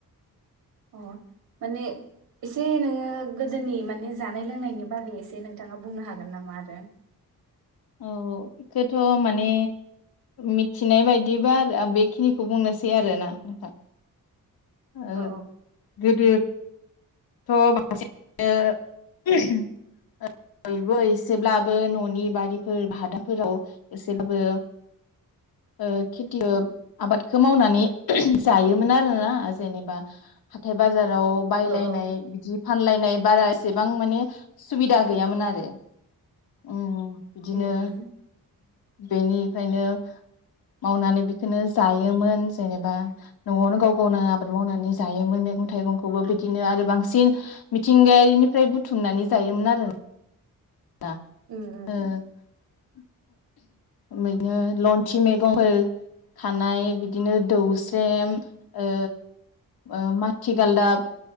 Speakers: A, on the right; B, on the left.
A: अ माने एसे नोङो गोदोनि माने जानाय लोंनायनि बारै एसे नोंथाङा बुंनो हागोन नामा आरो?
B: औ औ बेखौथ' माने मिथिनाय बायदिबा आरो आं बेखिनिखौ बुंनोसै आरोना नोंथां ओ
A: औ
B: गोदो स' म <unintelligible> बयबो एसेब्लाबो न'नि बारिफोर भादाफोराव एसेब्लाबो ओ खेथि आबादखौ मावनानै जायोमोन आरोना जेनेबा हाथाय बाजार बायलायनाय
A: औ औ
B: बिदि फानलायनाय बारा एसेबां माने सुबिदा गैयामोन आरो बिदिनो
A: उम उम
B: बेनिफ्रायनो मावनानै बिखौनो जायोमोन जेनेबा न'आवनो गाव गावनो आबाद मावनानै जायोमोन मैगं थाइगंखौबो बिदिनो आरो बांसिन मिथिंगायारिनिफ्राय बुथुमनानै जायोमोन आरो ओ
A: उम उम
B: नो लन्थि मैगंफोर खानाय बिदिनो दौस्रम ओ ओ माथिगालदाब